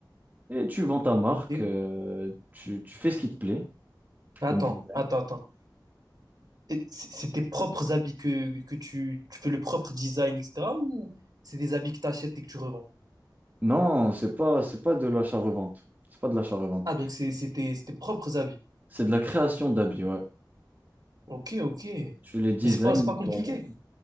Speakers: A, on the right; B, on the right.
A: Et tu vends ta marque,
B: ok.
A: euh, tu, tu fais ce qui te plaît,
B: Attends,
A: comme design.
B: attends, attends. Et C'est c'est tes propres habits que, que tu, tu fais le propre design, etc. Ou c'est des habits que tu achètes et que tu revends?
A: Non, c'est pas, c'est pas de l'achat-revente. C'est pas de l'achat-revente.
B: Ah, donc c'est c'est tes, c'est tes propres habits.
A: C'est de la création d'habits, ouais.
B: Ok, ok. Mais
A: Tu les designs
B: c'est pas, c'est pas compliqué.
A: toi-même.